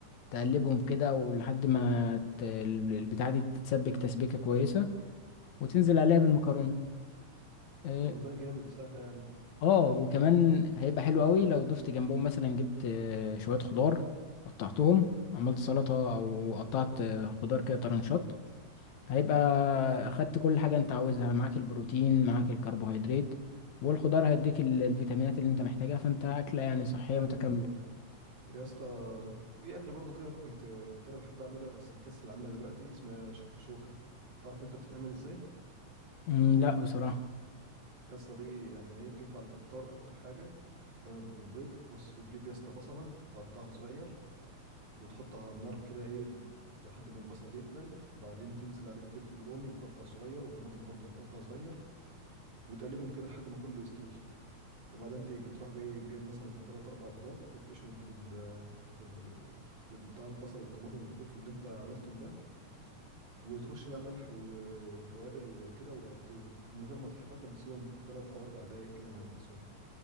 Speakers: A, on the left; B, on the right.
A: تقلبهم كده ولحد ما ت- ال- البتاعة دي تتسبك تسبيكة كويسة وتنزل عليها بالمكرونة اه
B: طب والله جامد سهله يعني
A: آه، وكمان هيبقى حلو قوي لو ضفت جنبهم مثلا جبت آه، شوية خضار قطعتهم عملت سلطة او قطعت آه، خضار كده طرنشات هيبقى اخدت كل حاجة انت عاوزها معاك البروتين معاك الكربوهيدرات والخضار هيديك ال- الفيتامينات اللي انت محتاجها فانت اكلة يعني صحية
B: جامد
A: متكاملة
B: والله يا اسطى في اكل برضو كده كنت كنت انا بحب اعملها بس مكسل اعملها دلوقتي اسمها شكشوكه تعرف انت بتتعمل ازاي
A: مم، لا بصراحة
B: يا اسطى دي يعني ايه بتنفع للفطار اكتر حاجه بتتعمل بالبيض بص بتجيب يا اسطى بصله تقطعها صغير وتحطها على النار كده ايه لحد ما البصل يدبل بعدين تنزل عليه بفلفل رومي متقطع صغير وطماطم برضو متقطع صغير وتقلبهم كده لحد ما كله يستوي وبعدين تيجي تروح جاي جايب مثلا تلات أربع بيضات تفقشهم في ال في ال في ال- بتاع البصل والطماطم والفلفل اللي انت عملتهم ده وترش بقى ملح و... وتوابل وكده وتغطيهم ومن غير ما تحركهم تسيبهم تلات أو أربع دقايق كده مع نفسهم